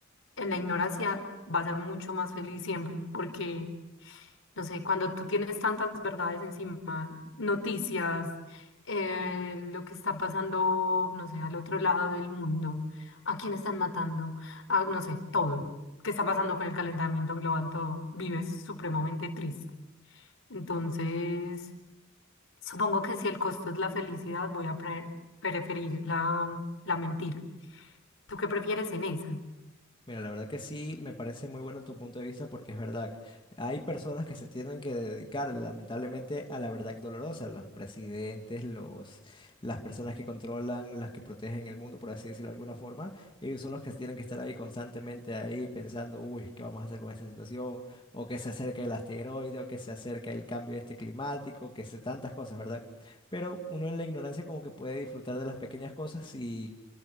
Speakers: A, on the left (about 75°); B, on the left (about 25°).
A: en la ignorancia va a ser mucho más feliz siempre, porque, no sé, cuando tú tienes tantas verdades encima, noticias, eh, lo que está pasando, no sé, al otro lado del mundo, a quién están matando, a, no sé, todo, qué está pasando con el calentamiento global, todo, vives supremamente triste. Entonces... Supongo que si el costo es la felicidad, voy a pre- preferir la, la mentira. ¿Tú qué prefieres en esa?
B: Mira, la verdad que sí, me parece muy bueno tu punto de vista porque es verdad, hay personas que se tienen que dedicar lamentablemente a la verdad dolorosa, los presidentes, los, las personas que controlan, las que protegen el mundo, por así decirlo de alguna forma, ellos son los que tienen que estar ahí constantemente ahí pensando, uy, ¿qué vamos a hacer con esta situación? O que se acerca el asteroide, o que se acerca el cambio este climático, que se tantas cosas, ¿verdad? Pero uno en la ignorancia como que puede disfrutar de las pequeñas cosas y